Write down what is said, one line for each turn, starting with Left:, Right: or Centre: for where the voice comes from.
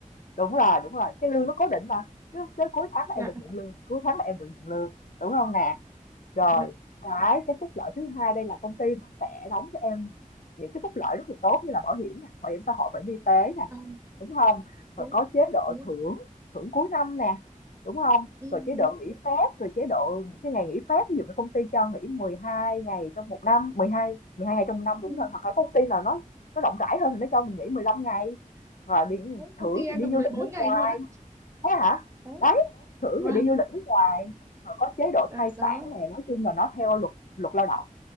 Left: Đúng rồi, đúng rồi, cái lương nó cố định mà, cứ tới cuối tháng là
Right: dạ
Left: em được nhận lương, cuối tháng là em được nhận lương, đúng không nè? Rồi,
Right: dạ
Left: cái cái phúc lợi thứ hai đây là công ty sẽ đóng cho em những cái phúc lợi rất là tốt như là bảo hiểm nè, bảo hiểm xã hội, bảo hiểm y tế nè,
Right: à,
Left: đúng không? Rồi
Right: đúng
Left: có chế độ
Right: đúng rồi.
Left: thưởng, thưởng cuối năm nè, đúng không?
Right: ừ,
Left: Rồi
Right: đúng,
Left: chế độ nghỉ
Right: đúng.
Left: phép, rồi chế độ những cái ngày nghỉ phép, ví dụ như công ty cho nghỉ 12 ngày trong một năm, 12 12 ngày trong năm đúng
Right: Ừ.
Left: rồi, hoặc là công ty nào nó nó rộng rãi hơn thì nó cho mình nghỉ 15 ngày. Rồi đi
Right: Đấy,
Left: thưởng
Right: công ty em
Left: thì đi
Right: được
Left: du
Right: mười
Left: lịch
Right: bốn
Left: nước
Right: ngày
Left: ngoài
Right: luôn á
Left: Thế hả?
Right: đấy
Left: Đấy, thử
Right: vâng
Left: thì đi du lịch nước ngoài, rồi có chế độ
Right: Ờ,
Left: thai
Right: đó
Left: sản này nói chung là nó theo luật luật lao động,